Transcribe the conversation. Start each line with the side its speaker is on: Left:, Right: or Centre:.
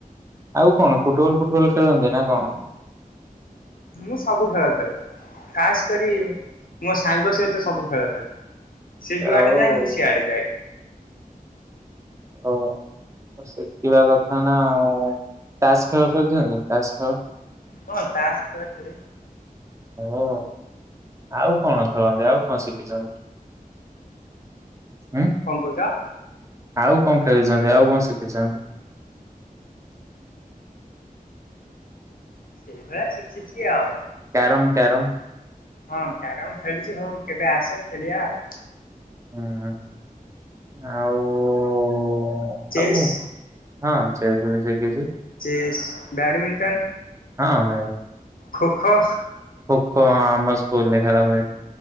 Right: ଆଉ କଣ ଫୁଟବଲ୍ ଫୁଟବଲ୍ ଖେଳନ୍ତି ନା କଣ?
Left: ମୁଁ ସବୁ ଖେଳ ଖେଳେ। ଖାସ୍ କରି ମୋ ସାଙ୍ଗ ସହିତ ସବୁ ଖେଳ ଖେଳେ। ସେ ଯୁଆଡେ
Right: ଆଉ
Left: ଯାଏ ମୁଁ ସିଆଡେ ଯାଏ।
Right: ଓ ଶଖିବା କଥା ନା ଆଉ। ତାସ୍ ଖେଳ ଖେଳିଛନ୍ତି? ତାସ୍ ଖେଳ।
Left: କଣ? ତାସ୍ ଖେଳ ଖେଳେ।
Right: ଓ ଆଉ କଣ ଖେଳନ୍ତି? ଆଉ କଣ ଶିଖିଛନ୍ତି? ହୁଁ
Left: କଣ କହୁଚ?
Right: ଆଉ କଣ ଖେଳୁଛନ୍ତି? ଆଉ କଣ ଶିଖିଛନ୍ତି?
Left: ସେଇଭଳିଆ ଶିଖିଛି ଆଉ।
Right: Carrom carrom.
Left: ହଁ କ୍ୟାରମ ଖେଳିଛି ହଉ କେବେ ଆସ ଖେଳିବା ଆଉ।
Right: ହୁଁ ଆଉ
Left: ଚେସ୍।
Right: ଆଉ ହଁ ସେ ବି ଶିଖିଛି।
Left: Chess, badminton.
Right: ହଁ।
Left: ଖୋ ଖୋ।
Right: ଖୋଖୋ ହଁ ଆମ ସ୍କୁଲ ରେ ଖେଳା ହୁଏ।